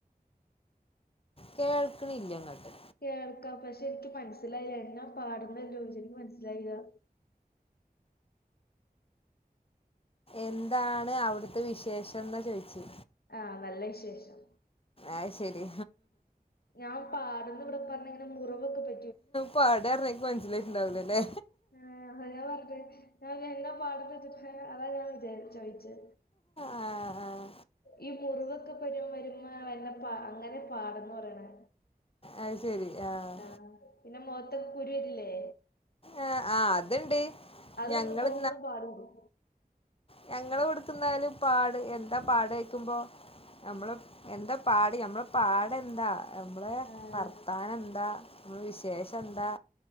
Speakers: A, on the left; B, on the left.
A: കേൾക്ക്ണില്ലങ്ങട്ട്
B: കേൾക്കാം പക്ഷെ എനിക്ക് മനസ്സിലായില്ല എന്നാ പാടുന്ന ചോയിച്ച് എനിക്ക് മനസ്സിലായില്ലാ
A: എന്താണ് അവിടുത്തെ വിശേഷെന്ന ചോയിച്ച്
B: ആഹ് നല്ല വിശേഷം
A: അയ് ശെരി
B: ഞാൻ പാടന്ന് ഇവിടെ പറഞ്ഞ മുറിവൊക്കെ പ
A: പാട് ർഞ്ഞാ ൻക്ക് മൻസ്സിലായിട്ടുണ്ടാവൂലല്ലേ
B: ഏഹ് അത് ഞാൻ പർഞ്ഞ് ഞാൻ എന്താ പാട്ന്നോയ്ച്ചിട്ട് അതാ ഞാൻ വിചാരി ചോയ്ച്ചെ
A: ആ ആ
B: ഈ മുറിവൊക്കെപ്പെരു വര്മാ വര്ണ പാ അങ്ങനെ പാടെന്ന് പറയ്ണേ
A: അത് ശെരി ആഹ്
B: ആഹ് പിന്നെ മാെഖത്തൊക്കെ കുരു വര്ല്ലേ
A: ആ ആ അതുണ്ട്
B: അത്
A: ഞങ്ങള്
B: വന്ന് പോവ്മ്പളും പാട് വെരും
A: ഞങ്ങളെവെട്ക്ക് ഇന്നാൽ പാട് എന്താ പാടോയ്ക്കുമ്പോ നമ്മെള് എന്താ പാട് ഞമ്മെളെ പാടെന്താ നമ്മെളെ
B: ആഹ്
A: വർത്താനെന്താ മ്മള് വിശേഷെന്താ